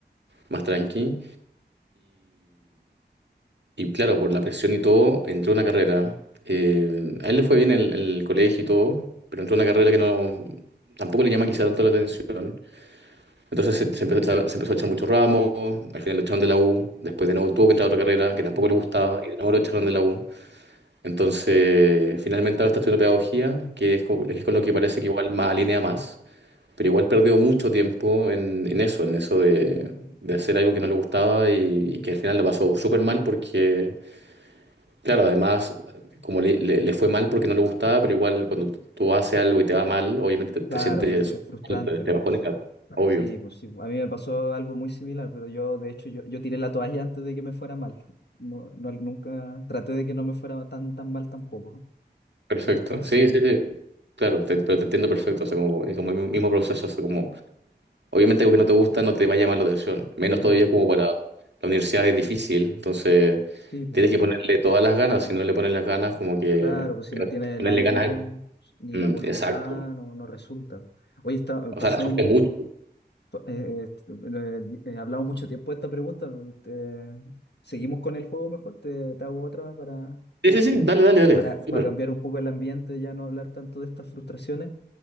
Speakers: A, on the right (about 70°); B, on the left (about 65°).
A: más tranqui. Y claro, por la presión y todo, entró a una carrera. Eh, a él le fue bien el, el colegio y todo, pero entró a una carrera que no, tampoco le llama quizá tanto la atención. Entonces se, se empezó a echar, se empezó a echar muchos ramos, al final lo echaron de la U, después de nuevo tuvo que entrar a otra carrera que tampoco
B: Mm,
A: le gustaba y de nuevo lo echaron de la U. Entonces finalmente ahora está estudiando pedagogía, que es con, es con
B: sí.
A: lo que parece que igual más alinea más. Pero igual perdió mucho tiempo en, en eso, en eso de, de hacer algo que no le gustaba y, y que al final lo pasó súper mal porque Claro, además, como le, le- le fue mal porque no le gustaba, pero igual cuando tú tú haces algo y te va mal, obviamente te,
B: Claro,
A: te sientes,
B: es, fru- es frustrante.
A: te, te
B: pues.
A: bajonea,
B: Sí,
A: po. obvio.
B: Sí, pues sí. A mí me pasó algo muy similar, pero yo, de hecho, yo, yo tiré la toalla antes de que me fuera mal. No, no- nunca traté de que no me fuera tan, tan mal tampoco.
A: Perfecto,
B: Entonces,
A: sí, sí, sí. Claro, te- pero te entiendo perfecto, o sea, como, es como el mismo proceso, o sea, como, obviamente algo que no te gusta no te va a llamar la atención, menos todavía
B: mm,
A: como para la universidad es difícil, entonces
B: sí, pues
A: tienes que ponerle todas las ganas, si no le pones las ganas, como que
B: claro, pues si
A: eh,
B: no tienes
A: ponerle
B: el ánimo
A: ganas,
B: ni
A: mm,
B: la voluntad,
A: exacto,
B: no, no resulta. Oye, está, eh,
A: o
B: pasamos,
A: sea, la sufre mucho.
B: pa- eh, eh, eh, eh, hablamos mucho tiempo de esta pregunta. este, seguimos con el juego mejor, te, te hago otra para...
A: Sí, sí, sí, dale, dale, dale,
B: para, para
A: súper,
B: cambiar un poco el ambiente, ya no hablar tanto de estas frustraciones.